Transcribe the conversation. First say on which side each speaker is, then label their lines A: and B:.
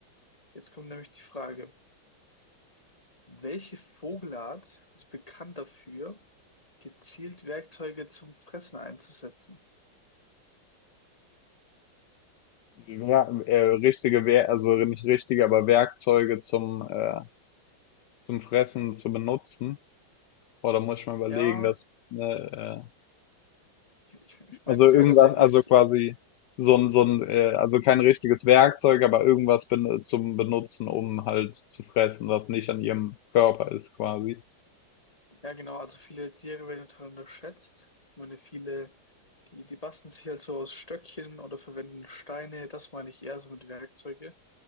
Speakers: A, on the left (about 15°); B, on the left (about 70°).
A: Jetzt kommt nämlich die Frage, welche Vogelart ist bekannt dafür, Gezielt Werkzeuge zum Fressen einzusetzen.
B: Sie wer- äh, richtige, Wer also nicht richtige, aber Werkzeuge zum, äh, zum Fressen zu benutzen. Boah, da muss ich mal überlegen,
A: Ja,
B: dass, ne,
A: ich,
B: äh,
A: ich meine
B: also
A: es
B: irgendwas,
A: eher tatsächlich,
B: also
A: s-
B: quasi so ein, so ein, äh, also kein richtiges Werkzeug, aber irgendwas ben zum Benutzen, um halt zu fressen, was nicht an ihrem Körper ist, quasi.
A: ja genau, also viele Tiere werden total unterschätzt. Ich meine, viele, die, die basteln sich halt so aus Stöckchen oder verwenden Steine, das meine ich eher so mit Werkzeuge,